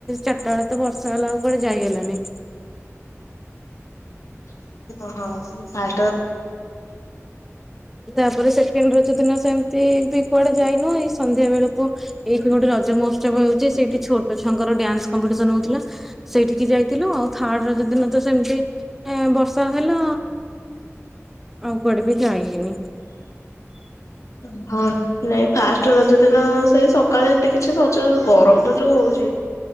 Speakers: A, in the centre; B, on the left.
A: ଚାରିଟା ବେଳେ ତ ବର୍ଷା ହେଲା କୁଆଡେ ଯାଇହେଲାନି।
B: ଓହୋ ଭ।
A: ତାପରେ ସେକେଣ୍ଡ ର ଦିନ ସେମିତି ବି କୁଆଡେ ଯାଇନୁ ଏଇ ସନ୍ଧ୍ୟା ବେଳକୁ ଏଇଠି ଗୋଟେ ରଜ ମହୋତ୍ସବ ହଉଛି ସେଇଠି ଛୋଟ ଛୁଆଙ୍କର ଡ୍ୟାନ୍ସ କମ୍ପିଟିସନ ହଉଥିଲା ସେଇଠିକି ଯାଇଥିଲୁ ଆଉ ଥାର୍ଡ ରଜ ଦିନ ତ ସେମିତି ବର୍ଷା ହେଲା। ଆଉ କୁଆଡେ ବି ଯାଇନି।
B: ଓହୋ ନାଇଁ ଫାଷ୍ଟ ରଜ ଦିନ ସେଇ ସକାଳେ ଏତେ କିଛି ସଜ ଗରମ ତ ଯୋଉ ହଉଛି।